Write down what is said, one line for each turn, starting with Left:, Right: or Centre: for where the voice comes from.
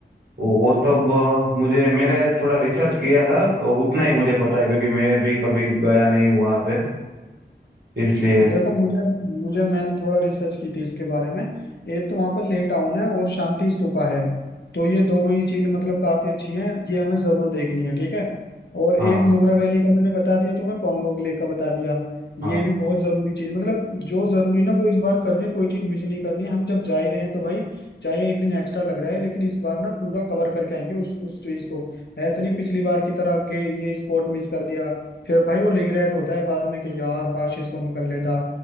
Right: वो वो सब अ, मुझे मैंने थोड़ा रिसर्च किया था अ, उतना ही मुझे पता है क्योंकि मैं भी कभी गया नहीं हूँ वहाँ पे इसलिए
Left: देखो मुझे मुझे मैंने थोड़ा रिसर्च की थी इसके बारे में एक तो वहां पर ले टाउन है और शांति स्तूपा है तो ये दोनों ही चीजें मतलब काफी अच्छी हैं ये हमें जरूर देखनी है ठीक है और
Right: हाँ
Left: एक
Right: हाँ
Left: नुब्रा वैली का मैंने बता दिया तुम्हें पोंगोंग लेक का बता दिया ये
Right: हाँ
Left: भी बहुत जरूरी चीज मतलब जो जरूरी ना वो इस बार करनी कोई चीज मिस नहीं करनी है हम जब जा ही रहे हैं तो भाई चाहे एक दिन एक्स्ट्रा लग जाए लेकिन इस बार ना पूरा कवर करके आएंगे उस उस चीज को ऐसे नहीं पिछली बार की तरह के ये स्पॉट मिस कर दिया फिर भाई वो रिग्रेट होता है बाद में कि यार काश इसको मैं कर लेता